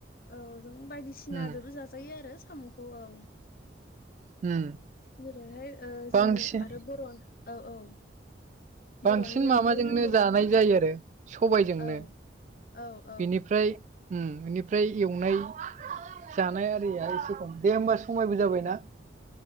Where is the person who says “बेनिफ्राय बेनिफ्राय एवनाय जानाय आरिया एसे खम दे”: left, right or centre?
Right